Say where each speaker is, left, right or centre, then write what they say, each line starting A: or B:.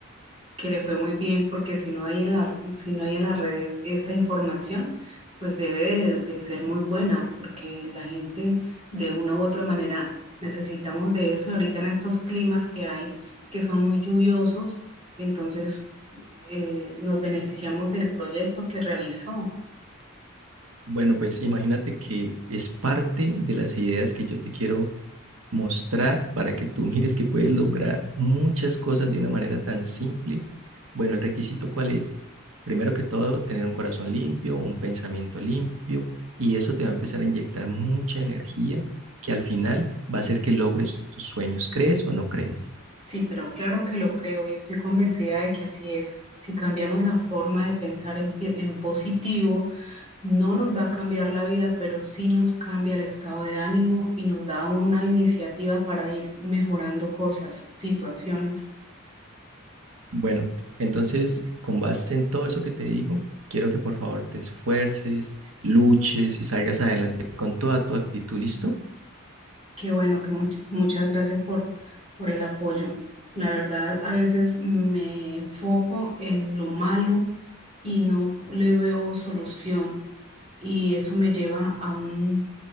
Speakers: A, on the right; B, on the right.
A: que le fue muy bien, porque si no hay en la, si no hay en las redes esta información, pues debe de, de ser muy buena, porque la gente de una u otra manera necesitamos de eso. Y ahorita en estos climas que hay, que son muy lluviosos, entonces eh, nos beneficiamos del proyecto que realizó.
B: Bueno, pues imagínate que es parte de las ideas que yo te quiero mostrar para que tú mires que puedes lograr muchas cosas de una manera tan simple. Bueno, el requisito cuál es? Primero que todo, tener un corazón limpio, un pensamiento limpio, y eso te va a empezar a inyectar mucha energía que al final va a hacer que logres tus sueños. ¿Crees o no crees?
A: Sí, pero claro que lo creo y estoy convencida de que así es. Si cambiamos la forma de pensar en, pi- en positivo, No nos va a cambiar la vida, pero sí nos cambia el estado de ánimo y nos da una iniciativa para ir mejorando cosas, situaciones.
B: Bueno, entonces, con base en todo eso que te digo, quiero que por favor te esfuerces, luches y salgas adelante con toda tu actitud, ¿listo?
A: Qué bueno, que much- muchas gracias por, por el apoyo. La verdad, a veces me enfoco en lo malo y no le veo solución y eso me lleva a un